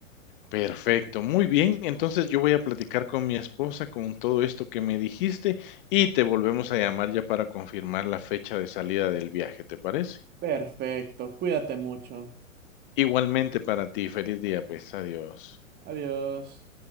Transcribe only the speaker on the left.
Perfecto, muy bien. Entonces yo voy a platicar con mi esposa con todo esto que me dijiste y te volvemos a llamar ya para confirmar la fecha de salida del viaje, ¿te parece?
Igualmente para ti, feliz día, pues adiós.